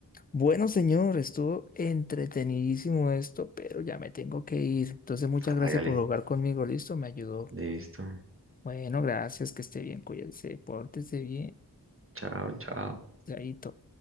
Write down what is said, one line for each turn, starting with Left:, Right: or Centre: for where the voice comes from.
Left: Bueno, señor, estuvo entretenidísimo esto, pero ya me tengo que ir. Entonces, muchas gracias
Right: Hágale,
Left: por jugar conmigo, listo, me ayudó.
Right: listo.
Left: Bueno, gracias, que esté bien, cuídense, pórtese bien,
Right: Chao, chao.
Left: chaito.